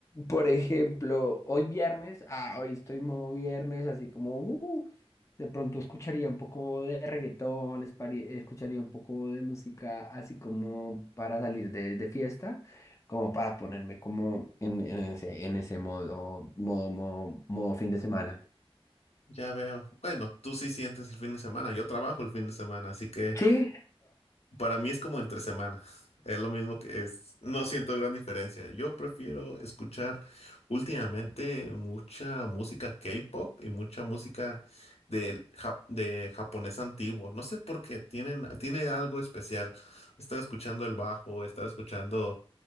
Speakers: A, on the left (about 30°); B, on the left (about 85°).
A: Por ejemplo, hoy viernes, ah, hoy estoy modo viernes, así como, uh, de pronto escucharía un poco de reggaetón, espari- escucharía un poco de música, así como para salir de, de fiesta, como para ponerme como en, en ese, en ese modo, modo, modo, modo fin de semana.
B: ya veo. Bueno, tú sí sientes el fin de semana, yo trabajo el fin de semana, así que
A: Sí.
B: Para mí es como entre semana. <laughs> Es lo mismo que es. No siento gran diferencia. Yo prefiero escuchar últimamente mucha música K-pop y mucha música del ja- de japonés antiguo. No sé por qué. Tienen, tiene algo especial. Estar escuchando el bajo, estar escuchando